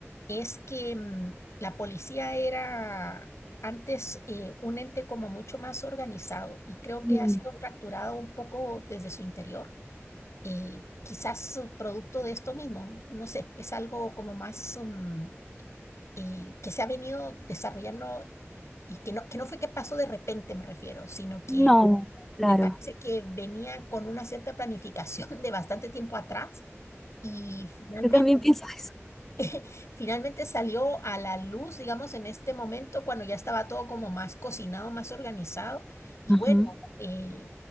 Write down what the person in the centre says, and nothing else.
mm.
No, claro.
Yo también pienso eso.
Ajá,